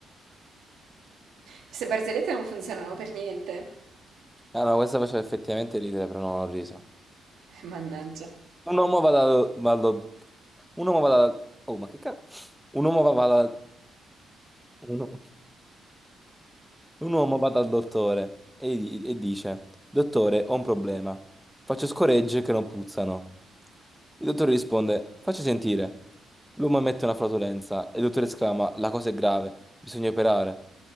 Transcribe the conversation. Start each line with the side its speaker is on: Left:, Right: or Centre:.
Right: Queste barzellette non funzionano per niente.
Centre: Ah no, questa faceva effettivamente ridere, però non ho riso.
Right: <laughs> Eh, Mannaggia.
Centre: Un uomo va dal... va dal- Un uomo va dal... Oh, ma che cazzo? Un uomo va, va dal... Un u- un uomo va dal dottore e, gli- e dice: Dottore, ho un problema. Faccio scoregge che non puzzano. Il dottore risponde: Facci sentire. L'uomo emette una flatulenza e il dottore esclama: La cosa è grave, bisogna operare.